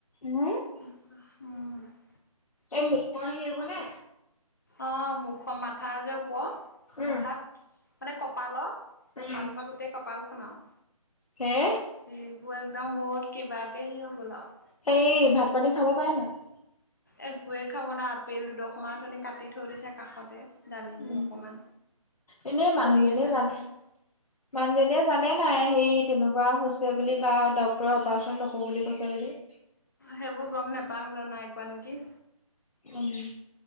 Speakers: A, on the left; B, on the left.
A: নই, <unintelligible>
B: <unintelligible>
A: এই মুখৰ শিৰবোৰ নে?
B: অ', মুখৰ মাথা যে ওপৰৰ,
A: উম,
B: মাথাত। মানে কপালৰ
A: উম,
B: কপালৰ, পৰা গোটেই কপাল খন আৰু
A: হে।
B: সেইবোৰ একদম, বহুত কিবা কে হেৰি হৈ গ'ল আৰু।
A: হেৰি, ভাত পানী খাব পাৰেনে নোৱাৰে?
B: একোৱে খাব নোৱাৰে আপেল দুদখৰ মান, কাটি থৈ দিছে কাষতে। ডালিম
A: উম,
B: অকমান
A: এনেই মানুহজনীয়ে
B: পৰি আছে
A: জানে
B: বিচনাত
A: মানুহ জনীয়ে জানে নাই, হেৰি তেনেকুৱা হৈছে বুলি, বা ডক্তৰে অপাৰেচন নকৰোঁ বুলি কৈছে বুলি। <inaudible>
B: সেইবোৰ গম নাপাওঁ হ'বলা, নাই কোৱা নেকি?
A: উম,